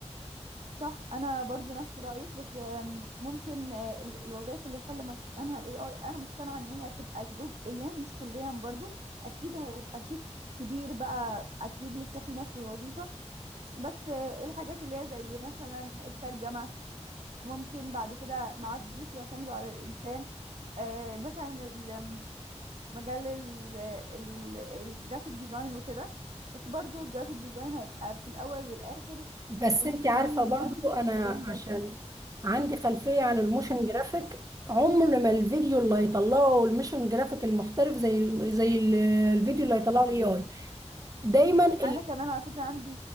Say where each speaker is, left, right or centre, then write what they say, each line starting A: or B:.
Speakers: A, on the right; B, on the right.
A: صح انا برضو نفس رايك بس آم، ممكن آه، ال- الوظائف اللي يحل مكانها الاي اي انا مقتنعه ان هي تبقى جزئيا مش كليا برضو اكيد هيبقى في كبير بقى اكيد لسه في ناس في الوظيفه بس آه، الحاجات اللي هي زي مثلا الترجمه ممكن بعد كده ما عادوش يعتمدوا على الانسان آه، مثلا ال- مجال ال- ال- الجرافيك ديزاين وكده بس برضو الجرافيك ديزاين هيبقى في الاول والاخر
B: بس
A: بيبقوا محتاجين
B: انت عارفة برضو
A: لمسة
B: انا
A: إنسان
B: عشان
A: بشري
B: عندي خلفية عن الموشن
A: مم.
B: جرافيك عمر ما الفيديو اللي هيطلعه الموشن جرافيك المحترف زي ال زي ال- الفيديو اللي هيطلعه الاي اي دايما ال-
A: انا كمان على فكره عندي